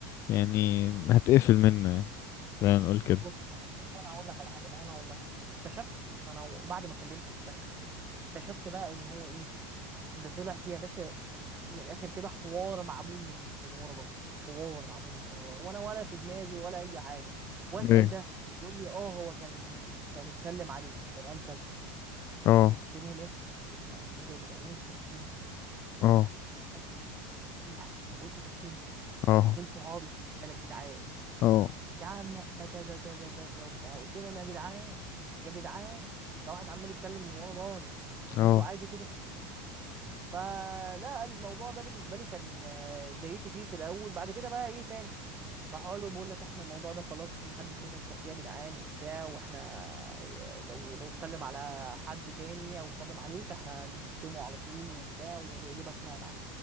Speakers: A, on the left; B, on the right.
A: يعني هتقفل منه يعني خلينا نقول كده
B: بص ما وانا اقول لك على حاجه ما هو انا اقول لك على حاجه اكتشفت ما انا بعد ما كلمته وبتاع، اكتشفت بقى ان هو ايه ده طلع فيه يا باشا من الاخر كده حوار معمول من من ورا ظهري حوار معمول من ورا ظهري وانا ولا في دماغي ولا اي حاجه واسال
A: ايه
B: ده يقول لي اه هو كان كان اتكلم عليه كان قال كذا
A: اه
B: قلت لهم ايه يا جدعان ايه ده يا جدعان وانتوا ساكتين
A: اه
B: قال لا وانتوا ساكتين
A: اه
B: فين صحابي الرجاله الجدعان
A: اه
B: يا عم احنا كذا كذا كذا وبتاع قلت لهم يا جدعان يا جدعان ده واحد عمال يتكلم من ورا ظهري
A: اه
B: وانتوا عادي كده فلا الموضوع ده بالنسبه لي كان آه، اتضايقت فيه في الاول بعد كده بقى ايه فاهم راح اقول له بقول لك احنا الموضوع ده خلاص محدش يفكر فيه يا جدعان وبتاع واحنا آه، لو لو اتكلم على حد تاني او اتكلم عليك احنا هنشتمه على طول وبتاع ونقلبك خناقه معاه